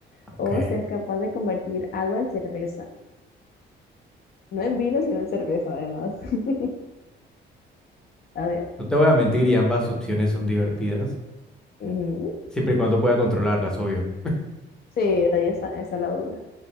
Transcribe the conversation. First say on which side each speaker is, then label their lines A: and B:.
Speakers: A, on the left; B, in the centre.
A: o
B: Ok.
A: ser capaz de convertir agua en cerveza? No en vino, sino en cerveza, además. <laughs> A ver.
B: No te voy a mentir y ambas opciones son divertidas,
A: ujú.
B: siempre y cuando pueda controlarlas, obvio.
A: Sí, ahí está, ahí está la duda.